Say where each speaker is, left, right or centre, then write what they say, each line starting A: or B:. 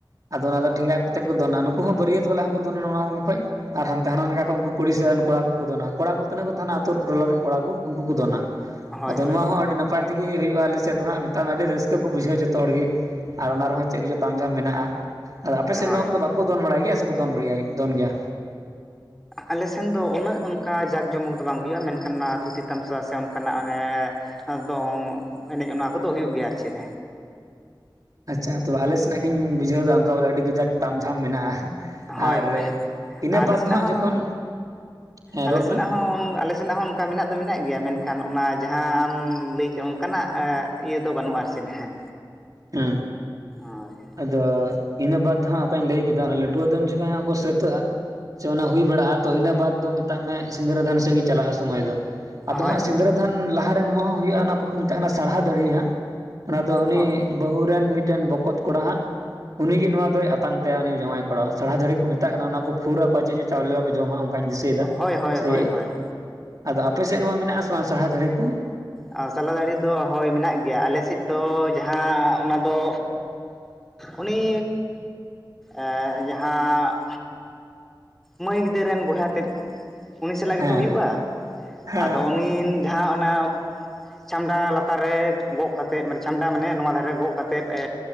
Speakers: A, on the right; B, in the centre.
A: ᱟᱫᱚ ᱚᱱᱟ ᱫᱚ ᱴᱷᱮᱸᱜᱟ ᱠᱚᱛᱮ ᱠᱚ ᱫᱚᱱᱟ᱾ ᱱᱩᱠᱩ ᱦᱚᱸ ᱵᱟᱹᱨᱭᱟᱹᱛ ᱵᱟᱞᱟ ᱦᱚᱸᱠᱚ ᱫᱚᱱᱟ᱾ ᱚᱱᱟ ᱠᱷᱚᱡ ᱟᱨ ᱦᱟᱱᱛᱮ ᱦᱟᱱᱟ ᱱᱚᱝᱠᱷᱟ ᱠ ᱠᱷᱚᱱᱠᱩ ᱠᱩᱲᱤ ᱥᱮᱜ ᱨᱮᱱ ᱠᱚᱲᱟ ᱠᱚᱼᱠᱚ ᱫᱚᱱᱟ᱾ ᱠᱚᱲᱟ ᱠᱚ ᱛᱤᱱᱟᱹᱜ ᱠᱚ ᱛᱟᱦᱮᱱᱟ ᱟᱹᱛᱩ ᱴᱚᱞᱟ ᱨᱮᱱ ᱠᱚᱲᱟ ᱠᱚ ᱩᱱᱠᱩ ᱠᱚ ᱫᱚᱱᱟ᱾
B: ᱦᱳᱭ
A: ᱟᱫᱚ
B: ᱦᱳᱭ
A: ᱱᱚᱣᱟ ᱦᱚᱸ ᱟᱹᱰᱤ ᱱᱟᱯᱟᱭ ᱛᱮᱜᱮ ᱦᱩᱭᱩᱜ-ᱟ ᱟᱞᱮ ᱥᱮᱫ ᱫᱚ, ᱦᱟᱸᱜ ᱢᱮᱛᱟᱜ ᱢᱮ ᱟᱹᱰᱤ ᱨᱟᱹᱥᱠᱟᱹ ᱠᱚ ᱵᱩᱡᱷᱟᱹᱣᱼᱟ, ᱡᱚᱛᱚ ᱦᱚᱲ ᱜᱮ᱾ ᱟᱨ ᱚᱱᱟ ᱨᱮᱦᱚᱸ ᱪᱮᱫ ᱠᱚᱪᱚ ᱛᱟᱢ ᱡᱷᱟᱢ ᱢᱮᱱᱟᱜᱼᱟ᱾ ᱟᱫᱚ ᱟᱯᱮᱥᱮᱫ
B: ᱦᱳᱭ
A: ᱱᱚᱣᱟ ᱠᱚᱫᱚ ᱵᱟᱠᱚ ᱫᱚᱱ ᱵᱟᱲᱟᱭ ᱜᱮᱭᱟ ᱥᱮᱠᱚ ᱫᱚᱱ ᱵᱟᱲ ᱫᱚᱱ ᱜᱮᱭᱟ?
B: ᱟᱞᱮ ᱥᱮᱱ ᱫᱚ ᱩᱱᱟᱹᱜ ᱚᱱᱠᱟ ᱡᱟᱸᱠ ᱡᱚᱢᱚᱠ ᱫᱚ ᱵᱟᱝ ᱦᱩᱭᱩᱜ-ᱟ᱾ ᱢᱮᱱᱠᱷᱟᱱ ᱚᱱᱟ ᱛᱷᱩᱛᱤ ᱛᱟᱢᱥᱟ ᱥᱮ ᱚᱱᱠᱟᱱᱟᱜ ᱚᱱᱮ ᱫᱚᱝ ᱮᱱᱮᱡ ᱚᱱᱟ ᱠᱚ ᱫᱚ ᱦᱩᱭᱩᱜ ᱜᱮᱭᱟ ᱟᱨ ᱪᱮᱫ
A: ᱟᱪᱪᱷᱟ ᱛᱚᱵᱮ ᱟᱞᱮ ᱥᱮᱱᱟᱜ ᱜᱤᱧ ᱵᱩᱡᱷᱟᱹᱣ ᱮᱫᱟ᱾ ᱚᱱᱠᱟ ᱵᱚᱞᱮ ᱟᱹᱰᱤ ᱠᱟᱡᱟᱠ ᱛᱟᱢ ᱡᱷᱟᱢ ᱢᱮᱱᱟᱜ-ᱟ᱾
B: ᱦᱳᱭ
A: ᱟᱨ
B: ᱦᱳᱭ
A: ᱤᱱᱟᱹ
B: ᱟᱞᱮ
A: ᱵᱟᱫ
B: ᱥᱮᱱᱟᱜ
A: ᱫᱚ ᱦᱟᱸᱜ
B: ᱦᱚᱸ
A: ᱡᱚᱠᱷᱚᱱ᱾ ᱦᱮᱸ
B: ᱟᱞᱮ
A: ᱨᱚᱲ
B: ᱥᱮᱱᱟᱜ
A: ᱢᱮ
B: ᱦᱚᱸ, ᱟᱞᱮ ᱥᱮᱱᱟᱜ ᱦᱚᱸ, ᱚᱱᱠᱟ ᱢᱮᱱᱟᱜ ᱫᱚ ᱢᱮᱱᱟᱜ ᱜᱮᱭᱟ, ᱢᱮᱱᱠᱷᱟᱱ ᱚᱱᱟ ᱡᱟᱦᱟᱸᱟᱢ ᱞᱟᱹᱭ ᱠᱮᱫ ᱮᱜ ᱚᱱᱠᱟᱱᱟᱜ ᱤᱭᱟᱹ ᱫᱚ ᱵᱟᱹᱱᱩᱜ-ᱟ, ᱟᱨ ᱪᱮᱫ ᱦᱮᱸ
A: ᱦᱮᱸ
B: ᱚᱭ <unintelligible>
A: ᱟᱫᱚ ᱤᱱᱟᱹ ᱵᱟᱫ ᱫᱚᱦᱟᱸᱜ ᱚᱠᱟᱧ ᱞᱟᱹᱭ ᱠᱮᱫᱟ, ᱞᱟᱹᱴᱩᱣᱟᱹ ᱫᱚᱱ ᱡᱚᱠᱷᱚᱱ ᱦᱟᱜ ᱠᱚ ᱥᱟᱹᱛᱟᱹᱜ-ᱟ᱾ ᱥᱮ ᱚᱱᱟ ᱦᱩᱭ ᱵᱟᱲᱟᱜ-ᱟ, ᱛᱚ ᱤᱱᱟᱹ ᱵᱟᱫᱽ ᱫᱚ ᱢᱮᱛᱟᱜ ᱢᱮ ᱥᱤᱸᱫᱽᱨᱟᱹᱫᱟᱱ ᱥᱮᱫ ᱜᱮ ᱪᱟᱞᱟᱜ-ᱟ ᱥᱚᱢᱚᱭ ᱫᱚ᱾ ᱟᱫᱚ
B: ᱦᱳᱭ
A: ᱦᱟᱸᱜ ᱥᱤᱸᱫᱨᱟᱹᱫᱟᱱ
B: ᱦᱳᱭ
A: ᱞᱟᱦᱟᱨᱮ ᱱᱚᱣᱟ ᱦᱚᱸ ᱦᱩᱭᱩᱜ-ᱟ, ᱱᱚᱣᱟ ᱠᱚᱠᱚ ᱢᱮᱛᱟᱜ ᱠᱟᱱᱟ ᱥᱟᱨᱦᱟ ᱫᱟᱲᱮ ᱦᱟᱸᱜ᱾ ᱚᱱᱟ ᱫᱚ ᱩᱱᱤ
B: ᱦᱳᱭ
A: ᱵᱟᱹᱦᱩ ᱨᱮᱱ ᱢᱤᱫᱴᱮᱱ ᱵᱚᱠᱚᱛ ᱠᱚᱲᱟ ᱦᱟᱸᱜ ᱩᱱᱤᱜᱮ ᱱᱚᱣᱟ ᱫᱚᱭ ᱟᱛᱟᱝ ᱛᱟᱭᱟ, ᱩᱱᱤ ᱡᱟᱶᱟᱭ ᱠᱚᱲᱟ ᱼᱟ ᱥᱟᱲᱦᱟ ᱫᱟᱹᱲᱦᱤ ᱠᱚ ᱢᱮᱛᱟᱜ ᱠᱟᱱᱟ ᱚᱱᱟ ᱠᱚ ᱯᱷᱩᱨ ᱟᱠᱚᱣᱟ ᱪᱮᱫ ᱪᱟᱣᱞᱮ ᱠᱚ ᱡᱚᱢᱟ᱾ ᱱᱚᱠᱟᱧ ᱫᱤᱥᱟᱹᱭᱮᱫᱟ
B: ᱦᱳᱭ ᱦᱳᱭ
A: ᱥᱮ
B: ᱦᱳᱭ ᱦᱳᱭ
A: ᱟᱫᱚ, ᱟᱯᱮ ᱥᱮᱫ ᱱᱚᱣᱟ ᱢᱮᱱᱟᱜ ᱥᱮ ᱵᱟᱝ ᱥᱟᱹᱲᱦᱟ ᱫᱟᱹᱲᱦᱤ ᱠᱚ?
B: ᱟᱨ ᱥᱟᱞᱟ ᱫᱟᱲᱤ ᱫᱚ ᱦᱳᱭ ᱢᱮᱱᱟᱜ ᱜᱮᱭᱟ ᱟᱞᱮ ᱥᱮᱫ ᱫᱚ ᱡᱟᱦᱟᱸ ᱚᱱᱟᱫᱚ᱾ ᱩᱱᱤ ᱮᱸ ᱡᱟᱦᱟᱸ᱾ ᱢᱟᱹᱭ ᱜᱤᱫᱟᱹᱨ ᱨᱮᱱ ᱵᱚᱭᱦᱟ ᱛᱮᱫ, ᱩᱱᱤ ᱥᱟᱞᱟᱜ
A: ᱦᱮᱸ
B: ᱜᱮᱛᱚ ᱦᱩᱭᱩᱜ-ᱟ᱾
A: ᱦᱮᱸ
B: ᱟᱫᱚ ᱩᱱᱤ ᱡᱟᱦᱟᱸ ᱚᱱᱮ <unintelligible> ᱪᱷᱟᱢᱰᱟ ᱞᱟᱛᱟᱨ ᱨᱮ ᱜᱚᱜ ᱠᱟᱛᱮᱜ ᱢᱟᱱᱮ ᱪᱷᱟᱢᱰᱟ ᱢᱟᱱᱮ ᱱᱚᱣᱟ ᱫᱷᱟᱨᱮ ᱨᱮ ᱜᱚᱜ ᱠᱟᱛᱮᱫ ᱮ,